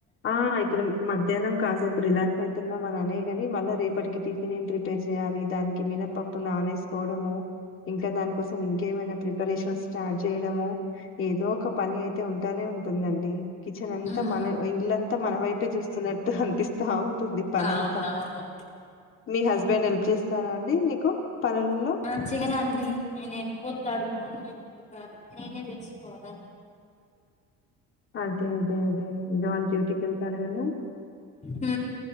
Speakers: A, on the left; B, on the left.
A: ఆ ఇప్పుడు మధ్యాహ్నం కాసేపు రిలాక్స్ అయి తున్నం అని అనే కాని, మళ్ళ రేపటికి టిఫిన్ ఏం ప్రిపేర్ చేయాలి, దానికి మీనపప్పు నానేేసుకో ము ఇంక దాని కోసం ఇంకేమైనా ప్రిపరేషన్ స్టార్ట్ చేయడము. ఏదో ఒక పని అయితే ఉంటానే ఉంటుందండి. కిచెన్ అంతా,
B: ఉమ్
A: మన ఇల్లంతా మన వైపే చూస్తున్నట్టు అనిపిస్ తా వుంటుంది పనంత.
B: అవునవును
A: మీ
B: మ్మ్.
A: హస్బెండ్ హెల్ప్ చేస్తారా అండి మీకు? పనులలో?
B: ఆ చేయరండి. ఆయన ఎళ్ళిపోతాడు, మార్నింగ్ ఎళ్ళిపోతారు. నేనే చేసుకోవాల.
A: అదే అదే అదే ఇంగ వాళ్ళు డ్యూటీకి వెళ్తారు కదా.
B: ఊ